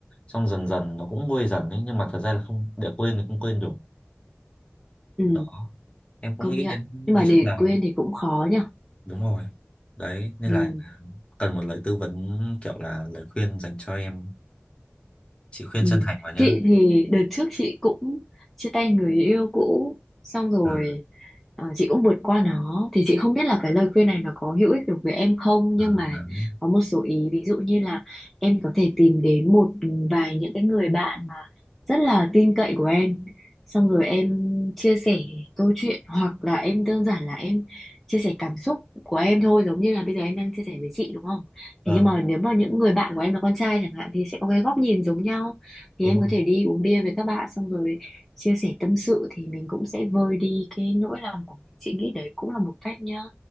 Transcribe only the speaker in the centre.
ừ,
công
nhận
nhưng
mà
để
quên thì cũng khó nhở
ừ.
Ừ.
Chị thì đợt trước chị cũng chia tay người yêu cũ xong rồi
ờ, chị cũng vượt qua nó thì chị không biết là cái lời khuyên này nó có hữu ích được với em không nhưng
mà
có một số ý ví dụ như là em có thể tìm đến một vài những cái người bạn mà rất là tin cậy của em xong rồi em chia sẻ câu chuyện hoặc là em đơn giản là em chia sẻ cảm xúc của em thôi giống như là bây giờ em đang chia sẻ với chị đúng không?
Thế nhưng mà nếu mà những người bạn của em là con trai chẳng hạn thì sẽ có cái góc nhìn giống nhau thì
em
có thể đi uống bia với các bạn xong rồi chia sẻ tâm sự thì mình cũng sẽ vơi đi cái nỗi lòng của mình chị nghĩ đấy cũng là một cách nhá